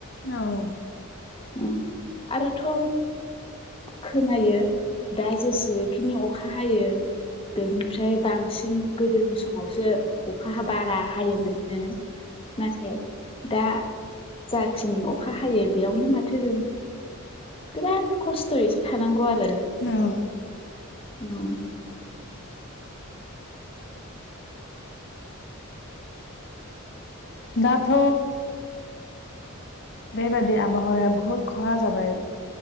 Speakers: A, on the left; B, on the left.
A: औ
B: औ आरोथ' खोनायो दा जेसेखिनि अखा हायो बेनिफ्राय बांसिन गोदोनि समावसो अखा हा बारा हायोमोन ओ नाथाय दा जाखिनि अखा हायो बेयावनो माथो जों बिराद खस्थ'यैसो थानांगौ आरो
A: औ
B: औ
A: दाथ' बेबादि आबहावाया बुहुद खहा जाबाय